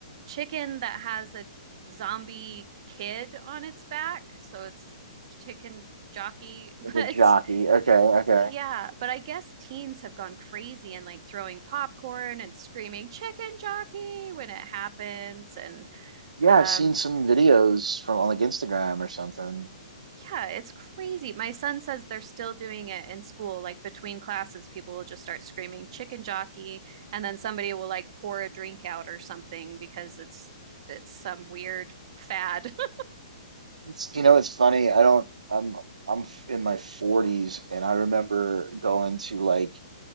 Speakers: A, on the right; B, on the right.
A: chicken that has a zombie kid on its back. So it's chicken jockey, <laughs> but
B: Like a jockey. Okay, okay.
A: Yeah, but I guess teens have gone crazy and like throwing popcorn and screaming chicken jockey when it happens. And
B: Yeah,
A: um,
B: I've seen some videos from on like Instagram or something.
A: yeah, it's crazy. My son says they're still doing it in school. Like between classes, people will just start screaming chicken jockey, and then somebody will like pour a drink out or something because it's it's some weird fad. <laughs>
B: It's you know it's funny. I don't. I'm I'm f- in my 40s and I remember going to like